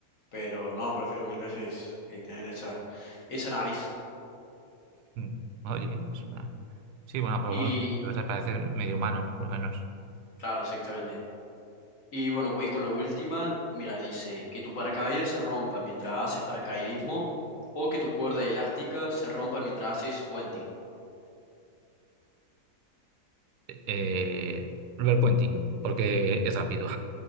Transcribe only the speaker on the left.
Pero no, prefiero mil veces eh, tener esa, esa nariz.
Y
claro, exactamente. Y bueno, voy con la última. Mira, dice que tu paracaídas se rompa mientras haces paracaidismo o que tu cuerda elástica se rompa mientras haces puenting.